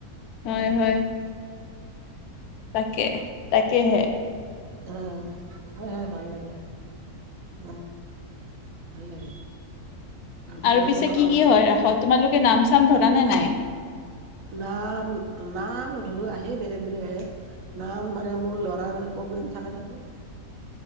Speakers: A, on the left (about 80°); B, on the right (about 65°).
A: হয় হয়। তাকে তাকেহে
B: অ হয় হয় ভাল লাগে অ ভাল লাগে তাৰপিছত
A: আৰু পিছে কি
B: আৰু
A: কি হয় ৰাসত তোমালোকে নাম চাম ধৰা নে নাই
B: নাম নাম নধৰো আহে বেলেগ বেলেগ আহে নাম মানে মোৰ ল'ৰাৰ প্ৰগ্ৰেম থাকে তাতে